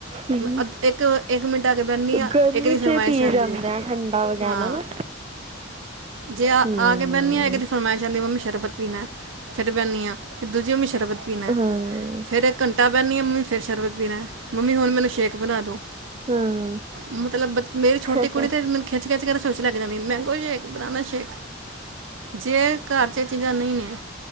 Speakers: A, on the right (about 30°); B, on the right (about 75°).
A: ਹਮ,
B: ਅ ਇੱਕ ਇੱਕ ਮਿੰਟ ਆ ਕੇ ਬਣਨੀ ਆ
A: ਗਰਮੀ
B: ਇੱਕ ਦੀ ਫਰਮਾਇਸ਼
A: ਚ ਪੀ
B: ਆਉਂਦੀ
A: ਜਾਂਦੇ
B: ਆ
A: ਠੰਡਾ ਵਗੈਰਾ
B: ਹਾਂ
A: ਨਾ
B: ਜੇ ਆ
A: ਹਮ
B: ਆ ਕੇ ਬਹਿੰਦੀ ਆ ਕਿਤੇ ਫਰਮਾਇਸ਼ ਜਾਂਦੀ ਮੰਮੀ ਸ਼ਰਬਤ ਪੀਣਾ ਫਿਰ ਬੈਂਨ ਹ ਆ ਫਿਰ ਦੂਜੀ ਮੈਂ ਸ਼ਰਬਤ ਪੀਣਾ
A: ਹਮ
B: ਫਿਰ ਇੱਕ ਘੰਟਾ ਪਹਿਨਦੀ ਹੈ ਮੰਮੀ ਫਿਰ ਸ਼ਰਬਤ ਪੀਣਾ ਮੰਮੀ ਹੁਣ ਮੈਨੂੰ ਸ਼ੇਕ ਬਣਾ ਦਿਉ
A: ਹਮ
B: ਮਤਲਬ ਮੇਰੀ
A: ਹਮ,
B: ਛੋਟੀ ਕੁੜੀ ਤੇ ਮੇਂ ਖਿੱਚ ਖਿੱਚ ਕੇ ਰਸੋਈ ਚ ਲਕੇ ਜਾਂਦੀ ਏ ਮੈਂਗੋ ਸ਼ੇਕ ਬਨਾਨਾ ਸ਼ੇਕ ਜੇ ਘਰ ਚ ਚੀਜ਼ਾਂ ਨਹੀਂ ਨੇ